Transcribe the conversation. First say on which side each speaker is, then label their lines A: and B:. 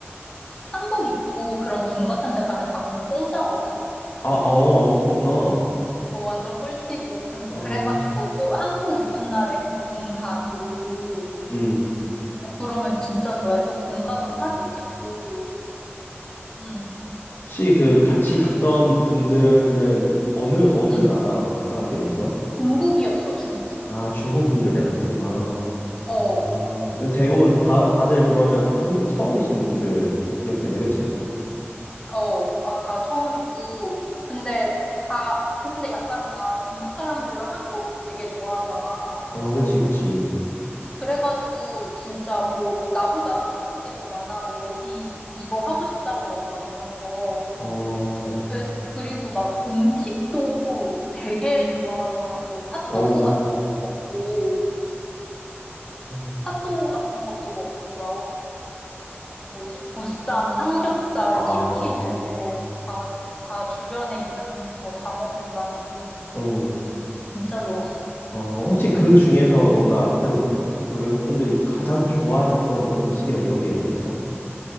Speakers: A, on the left (about 15°); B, on the left (about 50°).
A: 한복 입고 그런 궁 같은 데 가면 다 궁 공짜거든?
B: 아, 어, 어, 그렇구나.
A: 어, 완전 꿀팁이야. 근
B: 아,
A: 그래가지고 또 한복 입은 날에 그 궁 다 돌고,
B: 음,
A: 어, 그러면 진짜 좋아해. 또 궁 가서
B: 어.
A: 사진 찍고, 응,
B: 혹시 그 같이 갔던 분들은 어느 어느
A: 응.
B: 나라 사람들이었어?
A: 중국이었어, 중국.
B: 아, 중국 분들이랑 갔었구나.
A: 어.
B: 아, 대부분 다 다들 그러면 다 한국이 처음이신 분들이었겠네, 그치?
A: 어, 아, 다 처음이고. 근데 다, 근데 약간 다 중국 사람들로 한국 되게 좋아하잖아.
B: 어, 그치, 그치.
A: 그래가지고 진짜 뭐 나보다도 아는 게 더 많아. 뭐 어디 이거 하고 싶다 그러고 막 이런 거.
B: 어,
A: 그- 그리고 막 음식도 되게 좋아하더라고. 핫도그
B: 어우,
A: 같은 것도 먹고,
B: 음,
A: 핫도그 같은 것도 먹고 막 뭐지? 보쌈, 삼겹살,
B: 아,
A: 치킨 이런 거 다, 다 주변에 있는 거 다 먹으러 다니고.
B: 음,
A: 진짜 좋았어.
B: 어, 혹시 그 중에서 뭔가 그래도 그 외국 분들이 가장 좋아했던 뭐 음식이나 이런 게 있었어?